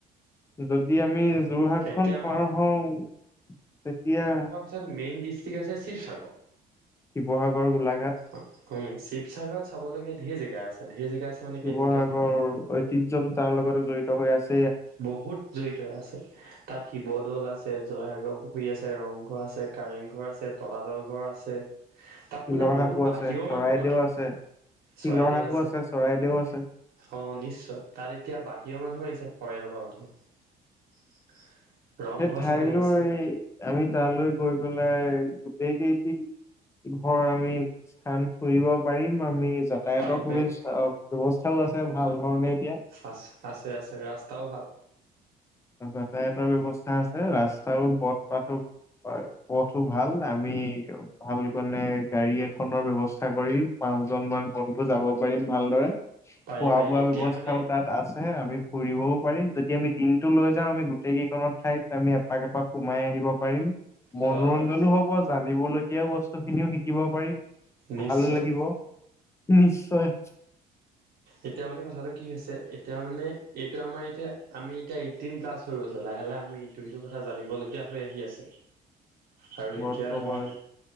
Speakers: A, on the left; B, on the right.
A: যদি আমি যোৰহাট
B: এতিয়া
A: খন
B: আমাৰ
A: পাৰ হওঁ তেতিয়া
B: তাত মেইন ডিষ্ট্ৰিক্ট আছে শিৱসাগৰ।
A: শিৱসাগৰ, গোলাঘাট
B: অ শিৱসাগৰত চাবলগীয়া ধেৰ জেগা আছে ধেৰ জেগা মানে কেলেকে
A: শিৱসাগৰৰ ঐতিহ্যটো তাৰ লগতে জড়িত হৈ আছে।
B: বহুত জড়িত হৈ আছে। তাত শিৱদৌল আছে, জয়সাগৰ পুখুৰী আছে, ৰংঘৰ আছে, কাৰেং ঘৰ আছে, তলাতল ঘৰ আছে। তাত
A: শিলৰ
B: মানে বহুত
A: শাকো
B: বাহিৰৰ
A: আছে চৰাইদেউ
B: মানুহ আহে।
A: আছে শিলৰ
B: চৰাইদেউ
A: শাকো
B: আছে।
A: চৰাইদেউ আছে
B: অ নিশ্চয় তাত এতিয়া বাহিৰৰ মানুহ আহিছে ফৰেনৰ পৰা মানুহ ৰংঘৰ
A: সেই ঠাইলৈ
B: চাবলৈ আহিছিলে।
A: আমি তালৈ গৈ পেলাই গোটেই কেইটি ধৰ আমি স্থান ফুৰিব পাৰিম আমি। যাতায়াতৰ
B: পাৰিম
A: সুবিচা
B: পাৰিম
A: ব্যৱস্থাও আছে ভাল ধৰণে এতিয়া।
B: আছে আছে আছে ৰাস্তাও ভাল।
A: যাতায়তৰ ব্যয়ৱস্থা আছে ৰাস্তাও পথ পাথো বাৰু পথো ভাল আমি ভাল কেণে গাড়ী এখনৰ ব্যৱস্থা কৰি পাঁচ জন মান বন্ধু যাব পাৰিম ভালদৰে। খোৱা
B: পাৰি পাৰি
A: বোৱা
B: এতিয়া
A: ব্যৱস্থাও
B: মানে
A: তাত আ ছে আমি ফুৰিবও পাৰিম, যদি আমি দিনটো লৈ যাওঁ আমি গোটেই কেইখনত ঠাইত আমি এপাক এপাক সোমাই আহিব পাৰিম। মনোৰঞ্জনো
B: হয় হয়
A: হ'ব, জানিবলগীয়াও বস্তু খিনিও শিকিব পাৰিম
B: নিশ্চয়
A: ভাল লাগিব। নিশ্চয়।
B: এতিয়া মানে কথাটো কি হৈছে এতিয়া মানে এইটো আমাৰ এতিয়া আমি এতিয়া এইটিন প্লাছ হৈ গৈছো লাহে লাহে আমি ইটো সিটো কথা জানিবলগীয়া হৈ আহি আছে। আৰু
A: বৰ্তমান
B: এতিয়া ধৰা